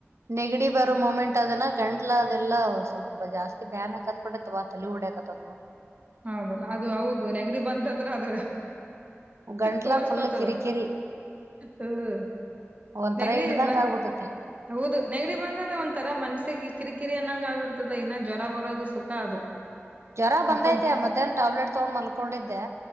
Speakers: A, on the right (about 75°); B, on the right (about 30°).
A: ನೆಗಡಿ ಬರೋ ಮೊಮೆಂಟ್ ಅದಲ್ಲ್ ಗಂಟ್ಲ ಅದೆಲ್ಲ ಸ್ವಲ್ ಜಾಸ್ತಿ ಬ್ಯಾನ್ ಹಾಕತ್ತ ತಲಿ ಹೊಡೆಕತಾದ ನೋಡ್
B: ಹೌದಲ್ಲ ಅದು ಹೌದು ನೆಗಡಿ ಬಂತಂದ್ರೆ ಅದ್
A: ಗಂಟ್ಲ
B: ತೋರ್ಸ್ಕೋತದ
A: ಫುಲ್ ಕಿರಿಕಿರಿ
B: ಹ್ಮ
A: ಒಂಥರ
B: ನೆಗರಿಯ
A: ಹಿಡ್ದಂಗ
B: ಬಾ
A: ಆಗ್ಬಿಟ್ಟೈತೆ
B: ಹೌದು ನೆಗಡಿ ಬಂತ್ ಅಂದ್ರ ಒಂಥರ ಮನ್ಸಿಗೆ ಕಿರಿಕಿರಿ ಅನ್ನಂಗ್ ಆಗ್ಬಿಡ್ತದ ಇನ್ನ ಜ್ವರ ಬರೋದು ಸುಖ ಅದು.
A: ಜ್ವರ ಬಂದೈತೆ
B: ಮಕ್ಕೊಂ
A: ಮಧ್ಯಾಹ್ನ ಟ್ಯಾಬ್ಲೆಟ್ ತಗೊಂಡು ಮಲ್ಕೊಂಡಿದ್ದೆ.